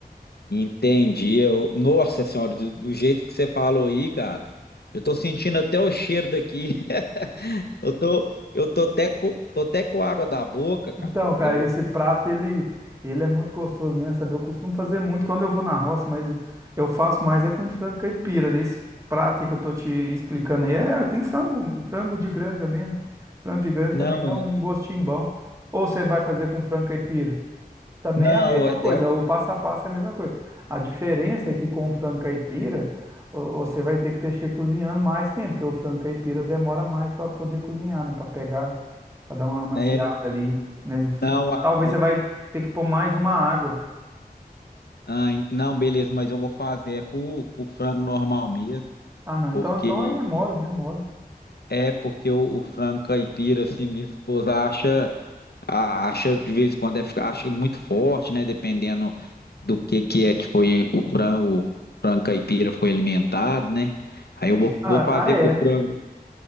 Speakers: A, on the left (about 75°); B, on the right (about 20°).
A: Entendi. Eu... Nossa senhora, do, do jeito que você falou aí, cara, eu tô sentindo até o cheiro daqui. <laughs> Eu tô, eu tô até com, tô até com água da boca, cara.
B: Então,
A: Eu
B: cara, esse prato ele, ele é muito gostoso mesmo, sabe? Eu costumo fazer muito quando eu vou na roça, mas eu faço mais é com frango caipira, né? Esse prato aí que eu tô te explicando aí é com frango, frango de granja mesmo. Frango de granja
A: não
B: também dá
A: é,
B: um gostinho bom. Ou você vai fazer com frango caipira? Também
A: não
B: é a mesma
A: é, de-
B: coisa, o passo a passo é a mesma coisa. A diferença é que com o frango caipira, o- você vai ter que deixar cozinhando mais tempo, porque o frango caipira demora mais para poder cozinhar, né? Para pegar, para dar uma amaciada
A: é
B: ali, né? Você-
A: não, a-
B: talvez
A: a-
B: você vai ter que pôr mais uma água.
A: ai, não, beleza, mas eu vou fazer é com, com o frango normal mesmo,
B: Ah, não,
A: porque
B: então, então aí é mole, é mole.
A: é porque o, o frango caipira assim, minha esposa acha a- acha de vez em quando é, fica- acha muito forte, né? Dependendo do que que é que foi o frango, o frango caipira foi alimentado, né? Aí eu vou,
B: Ah,
A: vou fazer
B: ah, é.
A: com o frango.